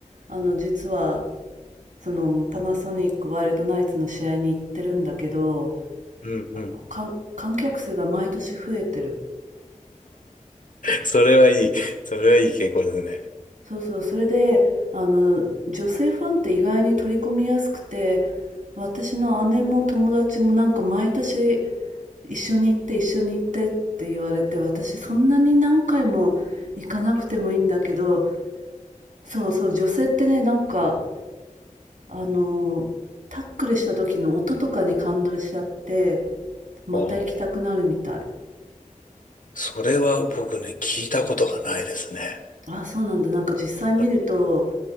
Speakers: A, on the right (about 70°); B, on the left (about 75°).
A: あの実はそのパナソニックワイルドナイツの試合に行ってるんだけど、
B: うん。うん。
A: あの観観客数が毎年増えてる。
B: それはいい。それはいい傾向ですね。
A: そうそう、それで、あの、女性ファンって意外に取り込みやすくて、私の姉も友達もなんか毎年一緒に行って一緒に行ってって言われて、私そんなに何回も行かなくてもいいんだけど、そうそう、女性ってね、なんか、あの、タックルした時の音とかに感動しちゃって、また行きたくなるみたい。
B: おーそれは僕ね、聞いたことがないですね。
A: あ、そうなんだ。なんか実際見ると、
B: あ